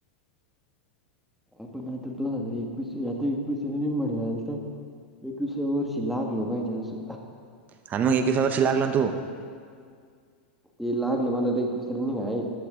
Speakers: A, in the centre; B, on the right.
A: आपण आता दोन हजार एकवीस, आता एकवीस रनिंग म्हणल्यानंतर एकवीसाव्या वर्षी लागलो पाहिजे असं.
B: हा न मग एकविस वर्षी लागलं तू
A: ते लागलं मला त एकविस रनिंग आहे,